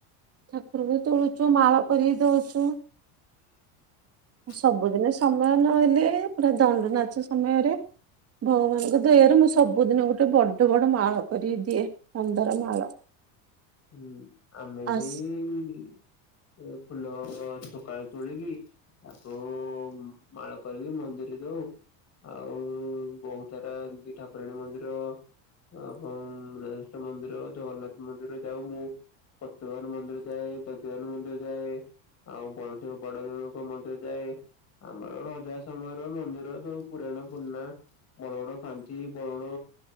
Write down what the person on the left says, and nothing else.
ହଁ
ହୁଁ ଆମେ
ବି ଇ ଇ ଏ ଫୁଲ ସକାଳେ ତୁଳିକି ତାକୁ ମାଳ କରିକି ମନ୍ଦିରେ ଦଉ। ଆଉ ବହୁତ ସାରା ଏମତି ଠାକୁରାଣୀ ମନ୍ଦିର ଆ ଆପଣ <inaudible> ମନ୍ଦିର ଜଗନ୍ନାଥ ମନ୍ଦିର ଯାଉ ମୁଁ ପତିତପାବନ ମନ୍ଦିର ଯାଏ ଦଧିବାମନ ମନ୍ଦିର ଯାଏ। ଆଉ ବ ବଡଦଉ ଲୋକ ମଧ୍ୟ ଯାଏ। ଆମର ରଜା ସମୟର ମନ୍ଦିର ସବୁ ପୁରାଣ ପୁରୁଣା ବରଣ ଖାନ୍ତି ବରଣ